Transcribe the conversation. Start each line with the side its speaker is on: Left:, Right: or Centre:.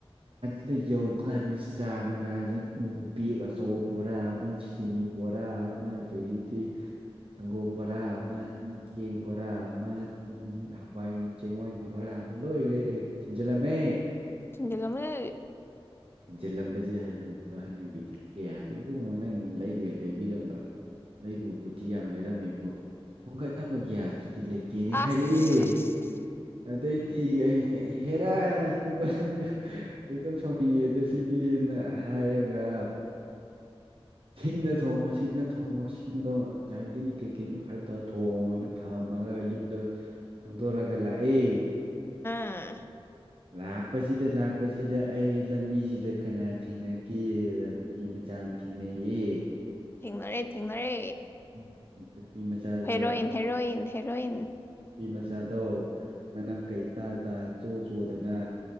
Right: ꯗ ꯌꯧꯕ ꯀꯥꯟꯗ ꯆꯥ ꯃꯅꯥ ꯖꯤ <unintelligible> ꯕꯦꯛ ꯑꯆꯧꯕ ꯕꯣꯔꯥ ꯑꯃ ꯆꯤꯅꯤ ꯕꯣꯔꯥ ꯑꯃ ꯑꯗꯒꯤꯗꯤ ꯁꯪꯒꯣꯝ ꯕꯣꯔꯥ ꯑꯃ ꯆꯦꯡꯕꯣꯔꯥ ꯑꯃ ꯍꯋꯥꯏ ꯆꯦꯡꯋꯥꯏ ꯕꯣꯔꯥ <unintelligible> ꯂꯣꯢ ꯂꯩꯔꯥ ꯊꯤꯖꯤꯜꯂꯝꯃꯦ
Left: ꯊꯤꯡꯖꯤꯟꯂꯝꯂꯦ
Right: ꯊꯤꯟꯖꯤꯜꯂꯝꯕꯁꯤ ꯍꯅꯨꯕ ꯍꯅꯨꯕꯤꯗꯨꯅ ꯀꯌꯥꯒꯤ ꯏꯕꯨꯡꯉꯣ ꯅꯪꯅ ꯂꯩꯕꯩ ꯂꯩꯕꯤꯔꯝꯕ ꯂꯩꯕꯨꯕꯨꯗꯤ ꯌꯥꯝ ꯂꯩꯔꯝꯃꯦꯕꯨ ꯊꯣꯡꯒꯠꯅꯕ ꯒ꯭ꯌꯥꯁ ꯁꯤꯗꯤ ꯂꯩꯇꯦꯅꯦ
Left: ꯑꯁ
Right: ꯍꯥꯏꯔꯛꯑꯦ ꯑꯗꯩ ꯗꯤ ꯑꯩꯅ ꯍꯦꯔꯥ ꯅꯨꯡꯕ ꯀꯩꯅ ꯇꯧ ꯁꯥꯎꯅꯤꯡꯉꯦ ꯑꯗꯣ ꯁꯤꯗꯤꯅ ꯍꯥꯏꯔꯒ ꯁꯤꯡꯗ ꯊꯣꯡꯉꯣ ꯁꯤꯡꯗ ꯊꯣꯡꯉꯣ ꯁꯤꯡꯗꯣ ꯉꯥꯏꯗꯒꯤ ꯀꯩ ꯀꯩꯅꯣ ꯈꯔ ꯇꯔ ꯊꯣꯡꯉꯣꯅ ꯊꯥ ꯊꯃꯒ ꯌꯨꯝꯗꯣ ꯈꯪꯗꯣꯔꯒ ꯂꯥꯛꯑꯦ
Left: ꯑꯥ
Right: ꯂꯥꯛꯄꯁꯤꯗ ꯂꯥꯛꯄꯁꯤꯗ ꯑꯩ ꯂꯝꯕꯤꯁꯤꯗ ꯀꯅꯥ ꯊꯦꯡꯅꯒꯦ ꯅꯨꯄꯤ ꯃꯆꯥ ꯌꯥꯝ ꯊꯦꯡꯅꯩꯌꯦ
Left: ꯊꯦꯡꯅꯔꯦ ꯊꯦꯡꯅꯔꯦ
Right: <inaudible> ꯃꯆꯥꯗꯣ
Left: ꯍꯦꯔꯣꯏꯟ ꯍꯦꯔꯣꯏꯟ ꯍꯦꯔꯣꯏꯟ
Right: ꯅꯨꯄꯤ ꯃꯆꯥꯗꯣ ꯃꯅꯝ ꯀꯥ ꯏꯇꯥꯇꯥ ꯢꯆꯣ ꯆꯣꯗꯅ